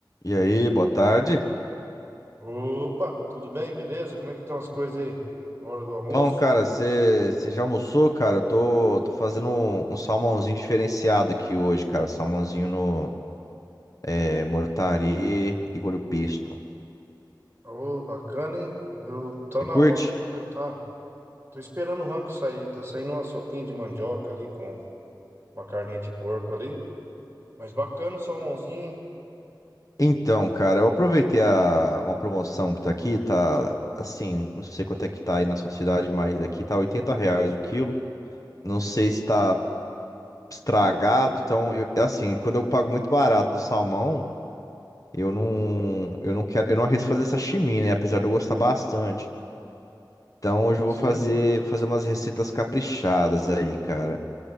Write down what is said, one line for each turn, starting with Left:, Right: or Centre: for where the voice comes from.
Left: E aí, boa tarde.
Right: Opa, tudo bem? Beleza? Como é que estão as coisas aí? Hora do almoço?
Left: Bom, cara, você já almoçou, cara? Eu tô, tô fazendo um, um salmãozinho diferenciado aqui hoje, cara. Salmãozinho no é, mortari e molho pesto.
Right: Ô, bacana, hein? Eu, tá
Left: Você
Right: na
Left: curte?
Right: hora ainda ali, eu tá. Tô esperando o rango sair. Tá saindo uma sopinha de mandioca ali com uma carninha de porco ali. Mas bacana o salmãozinho, hein?
Left: Então, cara, eu aproveitei a, uma promoção que tá aqui, tá assim, não sei quanto é que tá aí na sua cidade, mas aqui tá R$ reais o quilo. Não sei se tá estragado, então, eu, assim, quando eu pago muito barato no salmão. Eu não, eu não quero, eu não arrisco fazer sashimi, né? Apesar de eu gostar bastante. Então hoje eu
Right: Sim.
Left: vou fazer, fazer umas receitas caprichadas aí, cara.